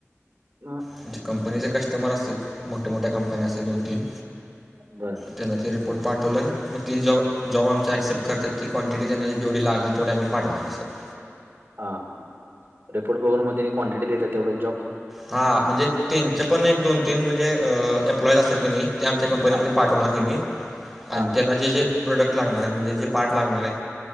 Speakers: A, on the right; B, in the centre.
A: हा
B: म्हणजे कंपनीचे
A: बर
B: कस्टमर असतात मोठ्या मोठ्या कंपन्या असत दोन तीन
A: बरं
B: त्यांना ते रिपोर्ट पाठवलं नाही मगी जॉब आमं ॲक्सेप्ट करतात ती क्वटी त्यां जेवढी लागल तेवढं मी पाठणार सर
A: हा रिपोर्ट बघून मग तिने क्वांटिटी देतात तेवढं जॉ
B: हा म्हणजे त्यांचं पण एक दोन तीन म्हणजे एम्प्लॉईज असतील की नाही ते आमच्या कंपनीमध्ये
A: हा
B: पाठवणार तेंनी
A: हा
B: आणि
A: हा
B: त्यांना जे जे प्रोडक्ट लागणार आहेत म्हणजे जे पार्ट लागणार आहे